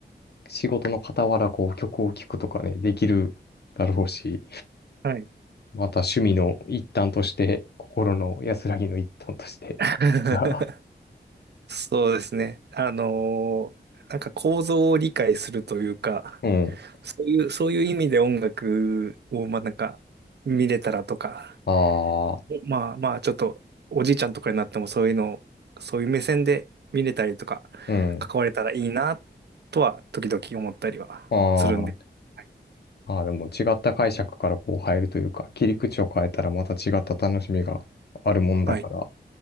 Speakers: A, on the left; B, on the right.
A: 仕事の傍らこう曲を聴くとかね、できるだろうし、
B: はい。
A: また趣味の一端として、心の安らぎの一端として。
B: <laughs>
A: <laughs>
B: そうですね。あのーなんか構造を理解するというか、
A: うん。
B: そういう、そういう意味で音楽を、まあなんか、見れたらとか、
A: ああ、
B: まあまあちょっと、おじいちゃんとかになってもそういうのを、そういう目線で見れたりとか、
A: うん。
B: 関われたらいいな、とは、時々思ったりはするんで。
A: あ
B: はい
A: あ、ああ、でも違った解釈からこう入るというか、切り口を変えたらまた違った楽しみがあるもんだから、
B: はい